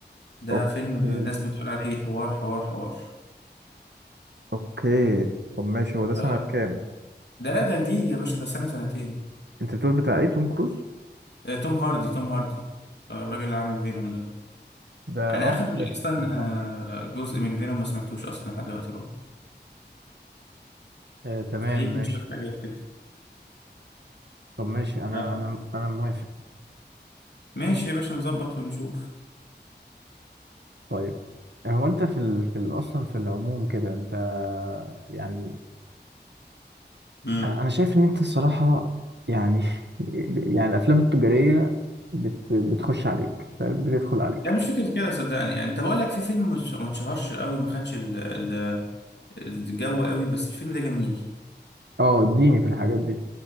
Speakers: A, on the left; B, on the right.
A: ده
B: اوكي
A: فيلم ناس بتقول عليه حوار حوار حوار
B: اوكي طب ماشي هو ده
A: ف-
B: سنة كام
A: ده لا ده جديد يا باشا ده سنة سنتين
B: انت بتقول بتاع ايه توم كروز
A: آه، توم هاردي توم هاردي آه، الراجل اللي عامل فينوم ده
B: ده
A: انا
B: اه
A: اخر
B: عارف
A: اصلا
B: توم هاردي
A: آه، جزء من فينوم ما سمعتوش اصلا لحد دلوقتي برضه
B: آه تمام
A: فايتني
B: ماشي
A: شوية حاجات كده
B: طب ماشي انا
A: ف-
B: انا انا موافق
A: ماشي يا باشا نظبط ونشوف
B: طيب هو انت في ال... في ال... اصلا في العموم كده انت يعني
A: امم
B: انا أنا شايف ان انت الصراحة يعني <laughs> يعني الافلام التجارية بت... بتخش عليك بتدخل عليك
A: لا مش فكرة كده صدقني يعني طب اقول لك في فيلم مش- ما اتشهرش قوي ما خدش ال- ال- الجو قوي بس الفيلم ده جميل
B: اه اديني في الحاجات دي